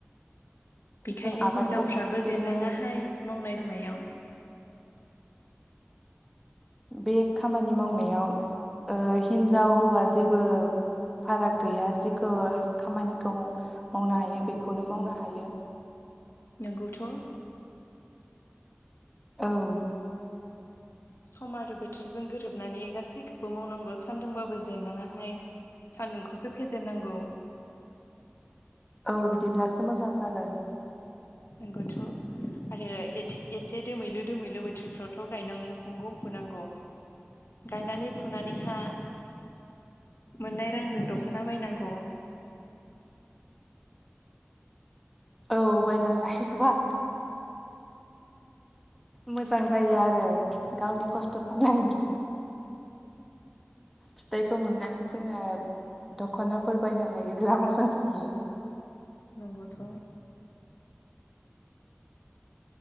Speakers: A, on the left; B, in the centre.
A: बेखायनो
B: जों आबाद
A: हिनजावफ्राबो
B: खालामनायनि गेजेरजों
A: जेननाङाहाय मावनाय दांनायाव।
B: बे खामानि मावनायाव ओ हिन्जाव हौवा जेबो फाराग गैया जेखौ खामानिखौ मावनो हायो बेखौनो मावनो हायो।
A: नोंगौथ'
B: औ
A: सम आरो बोथोरजों गोरोबनानै गासैखौबो मावनांगौ सान्दुंबाबो जेननाङाहाय सान्दुंखौसो फेजेन नांगौ
B: औ बिदिब्लासो मोजां जागोन
A: नोंगौथ' आरो एथे-एसे दोमैलु दोमैलु बोथोरफ्रावथ' गायनां फुंगौ फुनांगौ गायनानै फुनानैहा मोननाय रांजों दख'ना बायनांगौ
B: औ बायना लायोबा मोजां जायो आरो गावनि खस्थ' खालामनांगौ फिथाइखौ मोननानै जोङो दख'नाफोर बायना लायोब्ला मोजां जायो।
A: नोंगौथ'